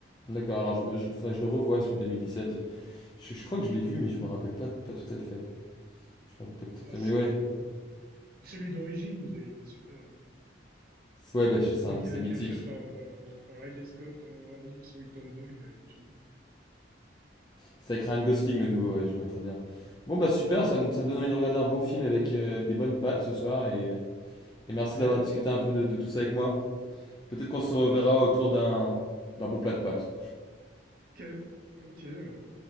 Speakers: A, on the left (about 20°); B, on the right (about 50°).
A: d'accord, alors il faudrait que je le revoie, celui de 2017. Je, je crois que je l'ai vu, mais je me rappelle pas, pas tout à fait. Je me rappelle pas tout
B: Parce
A: à fait, mais ouais.
B: que celui d'origine, il est, il est super. hein.
A: Ouais, bah, je- c'est
B: Celui
A: un-
B: qui
A: c'est
B: avait
A: mythique.
B: été fait par, euh, par Ridley Scott en 1982, il est, il est génial.
A: C'est avec Ryan Gosling le nouveau, ouais, je vois très bien. Bon bah super,
B: Ouais,
A: ça me, ça me donne envie de regarder un beau film avec euh, des bonnes pattes ce soir et, et merci
B: ok,
A: d'avoir discuté un peu de, de tout ça avec moi. Peut-être qu'on se reverra
B: Bah, je t'en prie.
A: autour d'un d'un bon plat de pâtes.
B: Ok, volontiers alors.